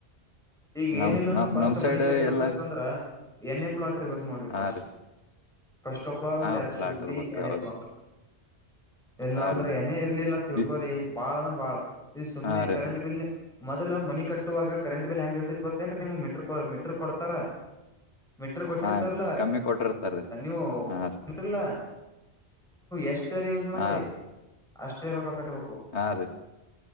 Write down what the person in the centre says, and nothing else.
ಈಗ
ಏನಿಲ್ಲಾಂದ್ರ
ಫಸ್ಟ್
ಮನಿ ಕಟ್ಬೇಕತ್ತಂದ್ರ
ಎನ್ ಎ ಪ್ಲಾಟ್ ಇರ್ಬೇಕು ನೋಡ್ರಿ
ಪಫಸ್ಟ್
ಫಸ್ಟ್ ಆಫ್ ಆಲ್
ದಟ್
ಶುಡ್
ಬಿ ಎನ್
ಎ ಪ್ಲಾಟ್ ಎಲ್ಲ
ಅಂದ್ರೆ
ಏನೇ ಇರ್ಲಿಲ್ಲ ತಿಳ್ಕೋರಿ
ಬಾಳ ಅಂದ್ರೆ ಬಾಳ ಈ ಸುಮ್ಮನೆ
ಕರೆಂಟ್ ಬಿಲ್ ಮೊದಲು ಮನೆ ಕಟ್ಟುವಾಗ ಕರೆಂಟ್ ಬಿಲ್ ಹೆಂಗ ಇರ್ತೈತಿ ಗೊತ್ತೇ ಅನ್ರಿ ನಿಮ್ಗ್ ಮೀಟ್ರ ಮೀಟ್ರ ಕೊಡ್ತಾರ
ಮಿಟ್ರ ಕೊಟ್ಟಿರ್ತಾರಲ್ಲಾ
ನೀವು
ಮಿಟ್ರೆಲಾ ಎಷ್ಟ ಯೂಸ್ ಮಾಡ್ರಿ
ಅಷ್ಟೇ ಬರತ್ತಾ ಕಟ್ಬೇಕು